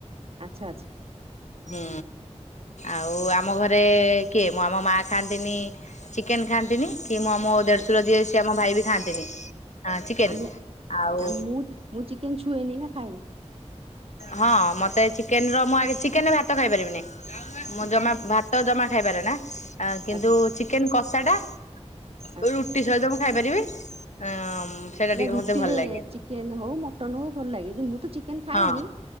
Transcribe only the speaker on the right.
ଆଚ୍ଛା ଆଚ୍ଛା।
ଆଚ୍ଛା
ଆମେ
ଆମ ମୁ ମୁଁ ଚିକେନ ଛୁଏନି ନା ଖାଇ
ହୁଁ
ଆଚ୍ଛା
ଆଚ୍ଛା
ନା
ରୁଟି
ରେ
ଚିକେନ ହଉ ମଟନ ହଉ ଭଲ ଲାଗେ କିନ୍ତୁ ମୁଁ ତ ଚିକେନ୍ ଖା
ଖାଏନି